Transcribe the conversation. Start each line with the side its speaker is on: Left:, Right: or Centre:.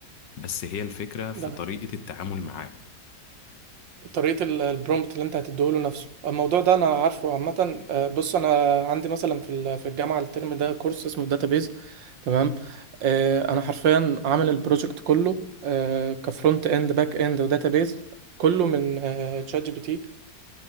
Left: بس هي الفكرة في
Right: ده
Left: طريقة التعامل معاه
Right: طريقة ال- البرومبت اللي انت هتديهوله نفسه الموضوع ده انا عارفه عامة آه، بص انا عندي مثلا في ال- في الجامعة الترم ده كورس اسمه داتابيز تمام آه، انا حرفيا عامل البروجكت كله آه، كفرونت اند باك اند وداتابيز كله من تشات جي بي تي